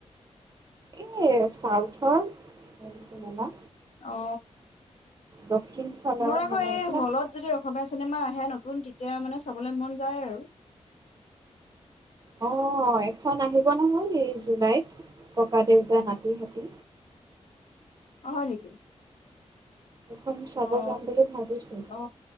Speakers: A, on the right; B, on the left.
A: এই চাউথৰ জানো
B: অ
A: দক্ষিণ ফালৰ
B: মোৰ আকৌ
A: মানে
B: এই
A: এইবিলাক
B: হলত যদি অসমীয়া চিনেমা আহে নতুন এতিয়া মানে চাবলে মন যায় আৰু
A: অ এখন আহিব নহয এই জুলাইত ককা দেউতা নাতি পোতি
B: অ নেকি
A: এখন চাব
B: অ
A: যাম বুলি ভাবিছো
B: অ